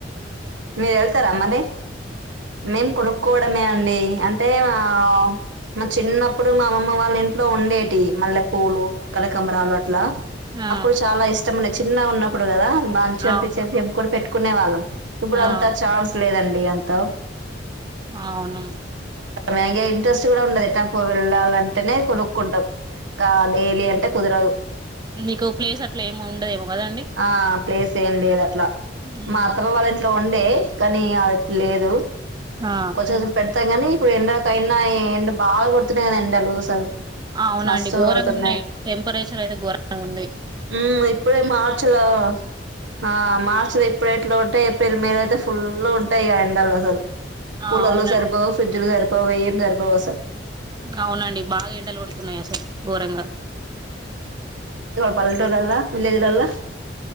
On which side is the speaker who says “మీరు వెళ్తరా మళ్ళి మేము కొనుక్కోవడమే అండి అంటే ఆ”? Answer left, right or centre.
Right